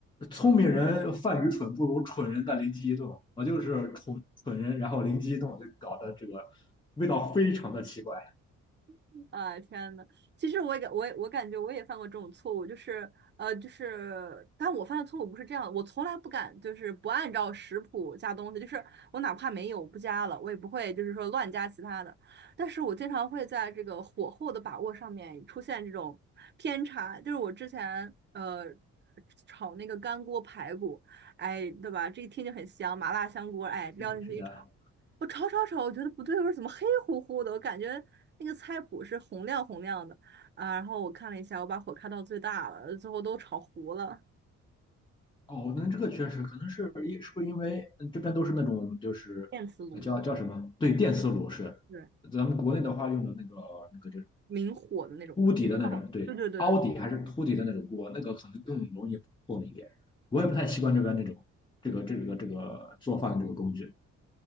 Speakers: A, on the left; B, on the right.
A: 聪明人犯愚蠢，不如蠢人的灵机一动。我就是蠢蠢人，然后灵机一动，就搞得这个味道非常的奇怪。
B: <laughs> 啊，天呐，其实我也感我也我感觉我也犯过这种错误，就是呃，就是，但我犯的错误不是这样，我从来不敢就是不按照食谱加东西，就是我哪怕没有不加了，我也不会就是说乱加其他的，但是我经常会在这个火候的把握上面出现这种偏差，就是我之前呃炒那个干锅排骨，哎，对吧？这一听就很香，麻辣香锅，哎，撩进去一炒。
A: 对，是的。
B: 我炒炒炒，我觉得不对味儿，我说怎么黑乎乎的？我感觉那个菜谱是红亮红亮的啊。然后我看了一下，我把火开到最大了，最后都炒糊了。
A: 哦，那这个确实可能是因是不是因为嗯这边都是那种就是呃叫叫什么？
B: 电磁炉，
A: 对，电磁炉是。
B: 对，
A: 咱们国内的话用的那个那个就是。
B: 明火的那种。
A: 凸底的那种，
B: 嗯哦对对对对
A: 对，凹底还是凸底的那种锅，那个可能更容易破了一点。我也不太习惯这边那种这个这个这个做饭的这个工具。